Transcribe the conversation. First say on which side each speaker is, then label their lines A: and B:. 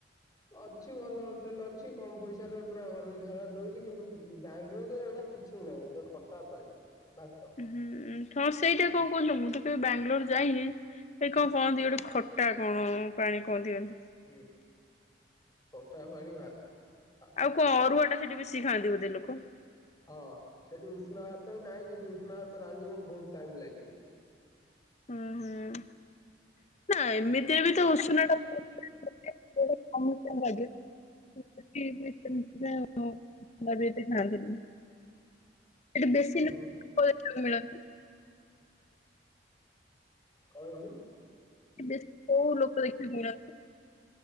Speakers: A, on the left; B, on the left.
A: ଅଛି ଭଲ ହୋଟେଲ ଅଛି କମ ପଇସାରେ ପୁରା ଘରୋଇ ଖାଇବା ଦଉଛି କିନ୍ତୁ ବାଙ୍ଗଲୋର ରେ ଏଗୁଡ଼ା କିଛି ନାହିଁ ଯୋଉ ଖଟା ପାଣି, ଭାତ।
B: ହୁଁ ହଁ ସେଇଟା କଣ କହୁଚ ମୁଁ ତ କେବେ ବାଙ୍ଗାଲୋର ଯାଇନି ଏଇ କଣ କହନ୍ତି ଗୋଟେ ଖଟା କଣ ପାଣି କଣ ଏମିତି।
A: ଉଁ ଖଟା ପାଣି ଭାତ। ଖା।
B: ଆଉ କଣ ଅରୁଆ ଟା ସେଠି ବେଶି ଖାଆନ୍ତି ବୋଧେ ଲୋକ?
A: ହଁ ଏଦି ଉଷୁନା ହାତ ହିଁ ନାହିଁ ଯଦି ଉଷୁନା ହାତ ରାନ୍ଧିବ ବହୁତ ଟାଇମ ଲାଗିବ।
B: ଉଁ ହୁଁ ନା ଏମିତିରେ ବି ତ ଉଷୁନା ଟା। <unintelligible> <unintelligible> <unintelligible> ଆମର ଏଠି ଖାନ୍ତିନି। ଏଠି ବେଶୀ
A: ହଁ
B: ଲୋକ <unintelligible> ମିଳନ୍ତି।
A: କଣ ହେଇଛି?
B: କି ବେଶୀ କୋଉ ଲୋକ ଦେଖିବାକୁ ମିଳନ୍ତି।